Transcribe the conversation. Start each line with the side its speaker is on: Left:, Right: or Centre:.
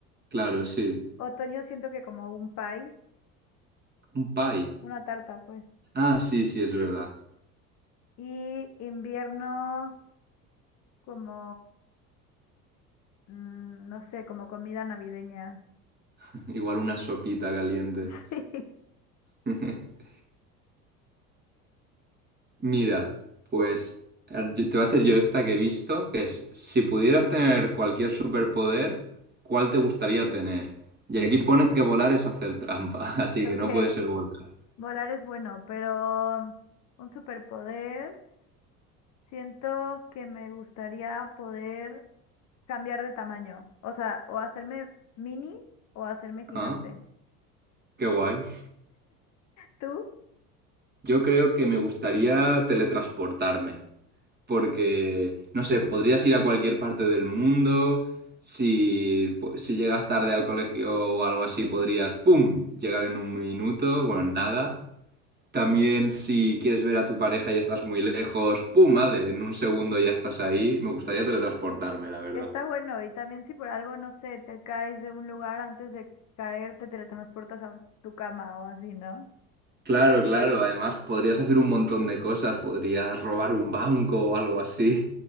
Right: Claro, sí.
Left: Otoño siento que como un pie,
Right: Un pie.
Left: una tarta, pues.
Right: Ah, sí, sí, es verdad.
Left: Y invierno como, mm, no sé, como comida navideña. <laughs>
Right: <laughs> Igual una sopita caliente.
Left: Sí.
Right: <laughs> Mira, pues a yo- te voy a hacer yo esta que he visto, que es, si pudieras tener cualquier superpoder, ¿cuál te gustaría tener? Y aquí pone que volar es hacer trampa, <laughs> así
Left: Ok,
Right: que no puede ser volar.
Left: volar es bueno, pero um, un superpoder. Siento que me gustaría poder cambiar de tamaño. O sea, o hacerme mini o hacerme gigante.
Right: Ah, qué guay.
Left: Tú,
Right: Yo creo que me gustaría teletransportarme, porque, no sé, podrías ir a cualquier parte del mundo, si, pu- si llegas tarde al colegio o algo así, podrías, ¡pum!, llegar en un minuto, bueno, en nada. También si quieres ver a tu pareja y estás muy lejos, ¡pum! Vale, en un segundo ya estás ahí. Me gustaría teletransportarme, la verdad.
Left: está bueno. Y también si por algo, no sé, te caes de un lugar antes de caer, te teletransportas a un- tu cama o así, ¿no?
Right: Claro, claro. Además, podrías hacer un montón de cosas. Podrías robar un banco o algo así.